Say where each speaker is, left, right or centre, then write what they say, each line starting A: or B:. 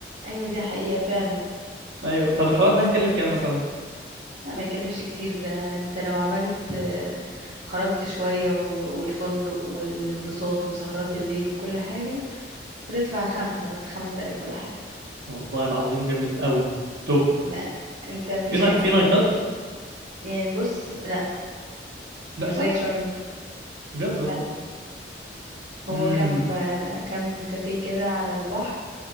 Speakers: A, on the right; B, on the right.
A: ايوه دي حقيقة فعلا
B: ايوه طب
A: وما-
B: الحوار ده هيكلف كام مثلا
A: لا ما يكلفش كتير ده انت لو عملت آه، خرجت شوية و... والفندق والانبساط وسهرات الليل وكل حاجة هتدفع خمسة مثلا خمس تلاف ولا حاجة
B: والله العظيم جامد قوي طب
A: ما انت مفيش
B: في نا...
A: حاجة
B: في
A: احسن
B: نايتات
A: من كده يعني بص لا
B: لا
A: مش زي شرم
B: بجد
A: لا
B: والله
A: هو
B: امم
A: كم آه، كم كافيه كده على البحر